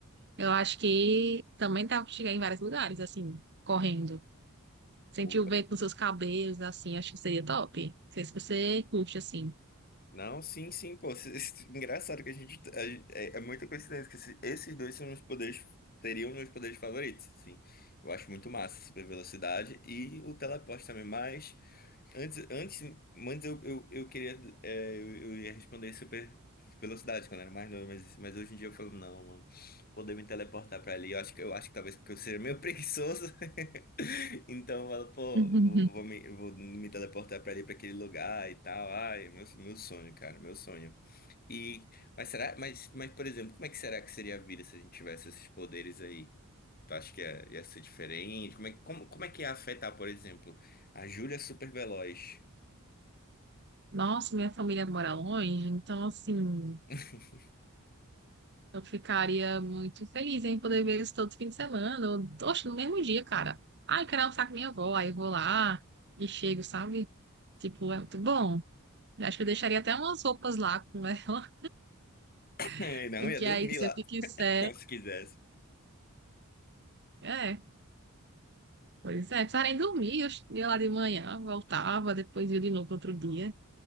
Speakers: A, on the right; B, on the left.
A: Eu acho que também dá pra chegar em vários lugares, assim, correndo. Sentir
B: Opa.
A: o vento nos seus cabelos, assim, acho que seria top. Não sei se você curte, assim.
B: Não, sim, sim, pô. Cê- cê- Engraçado que a gente. a- é, é muita coincidência que esse- esses dois são meus poderes. Seriam meus poderes favoritos, sim. Eu acho muito massa, super velocidade e o teleporte também, mas. Antes, antes, antes eu, eu, eu queria. é, eu, eu ia responder super velocidade quando era mais novo, mas, mas hoje em dia eu falo, não, mano. Poder me teleportar pra ali. Eu acho que, eu acho que talvez porque eu seja meio preguiçoso. <laughs> Então eu falo, pô,
A: <laughs>
B: vou, vou me, vou me teleportar pra ali, pra aquele lugar e tal. Ai, meu, meu sonho, cara, meu sonho. E, mas será, mas, mas, por exemplo, como é que será que seria a vida se a gente tivesse esses poderes aí? Tu acha que ia, ia ser diferente? Como é, como, como é que ia afetar, por exemplo, a Júlia é super veloz?
A: Nossa, minha família mora longe, então, assim.
B: <laughs>
A: Eu ficaria muito feliz em poder ver isso todo fim de semana, ou, oxe, no mesmo dia, cara. Ai, quero almoçar com minha avó, aí eu vou lá e chego, sabe? Tipo, é muito bom. Eu Acho que eu deixaria até umas roupas lá com ela,
B: É,
A: <laughs>
B: Não,
A: porque
B: ia dormir
A: aí sempre
B: lá,
A: que quiser.
B: <laughs> se quisesse.
A: É, pois é, precisava nem dormir, eu ia lá de manhã, voltava, depois ia de novo no outro dia.